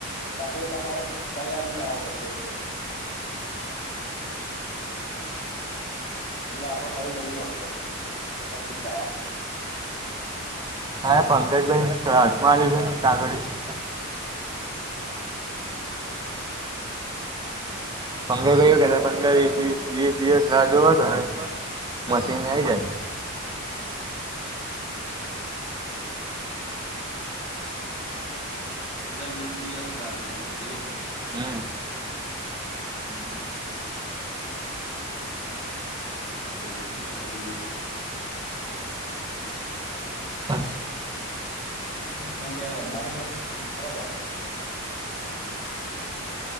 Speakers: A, on the left; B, on the right.
A: પછી તમારે ત્યાં આવીને કરાવો પડશે એટલે. એટલે આપે કહી દેવું પડશે અરજી કરવા.
B: હા પંકજભાઈન રાજજમાલ્યું છે કંગળ <unintelligible> પંગર ક કે પંદર વ વીસ દિવસ રાહ જોવો હતો ને મશીન આઈ જાય.
A: પંદર વીસ દિવસ રાહ જોવી પડશે એવું.
B: હમ્મ.
A: હમ્મ <unintelligible> <unintelligible>
B: બસ
A: કેમ બે રમવાની છે <unintelligible>